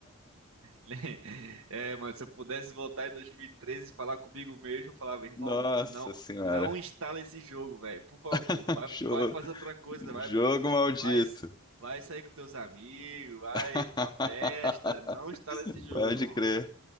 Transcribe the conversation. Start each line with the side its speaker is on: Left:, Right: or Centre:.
Right: <laughs> É, mano, se eu pudesse voltar em 2013 e treze e falar comigo mesmo, eu falava, irmão,
Left: Nossa
Right: não,
Left: senhora.
Right: não instala esse jogo, velho, por favor,
Left: <laughs>
Right: vai,
Left: Jo-
Right: vai fazer outra coisa, vai,
Left: Jogo maldito.
Right: vai, vai sair com teus amigos, vai
Left: <laughs>
Right: pra festa, não instala esse jogo,
Left: Pode
Right: irmão.
Left: crer.